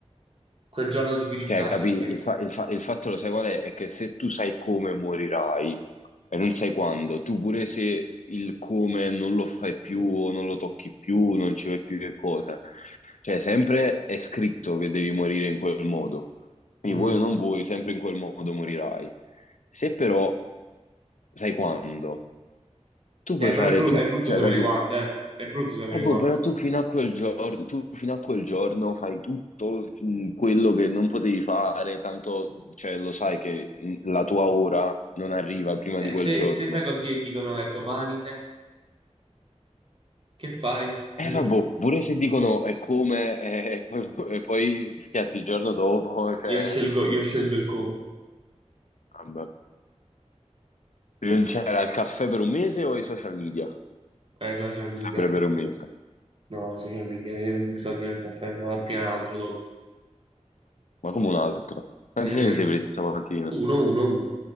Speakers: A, on the right (about 50°); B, on the left (about 85°).
A: Quel giorno ti chiudi
B: Cioè,
A: in casa.
B: capì?
A: poi.
B: Il, fa- il fa- il fatto lo sai qual è? È che se tu sai come morirai e non sai quando, tu pure se il come non lo fai più o non lo tocchi più, non ci vai più che cosa, cioè, sempre è scritto che devi morire in quel modo. Quindi
A: Mm.
B: vuoi o non vuoi, sempre in quel modo morirai. Se però sai quando, tu puoi
A: Eh, però
B: fare
A: è, bru-
B: tutto,
A: è brutto
B: cioè,
A: sapere
B: capi?
A: quando, eh. È brutto sapere
B: Ah, boh,
A: quando.
B: però tu fino a quel giorno, tu fino a quel giorno fai tutto mh, quello che non potevi fare, tanto, cioè, lo sai che mh, la tua ora non arriva prima di
A: Eh,
B: quel
A: se,
B: giorno.
A: se fai così e dicono è domani, eh, che fai? <laughs>
B: E vabbè, pure se dicono è come, eh, e poi, e poi schiatti il giorno dopo, <laughs> cioè,
A: Io scelgo, io scelgo il come.
B: Vabbè. Non c'era il caffè per un mese o i social media?
A: Eh, social media.
B: Sempre per un mese.
A: No, social media, io ho bisogno del caffè, ma appena l'altro dopo.
B: Ma come un altro? Quanti
A: E ne
B: te
A: ho presi
B: ne sei presi stamattina?
A: uno, uno, uno.